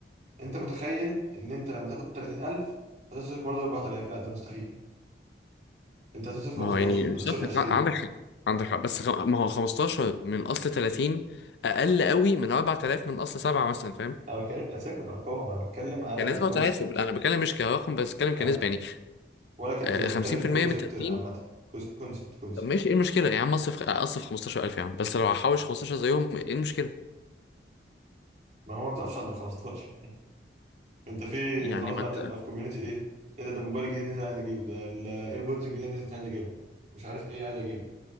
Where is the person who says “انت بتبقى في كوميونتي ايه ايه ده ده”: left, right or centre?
Right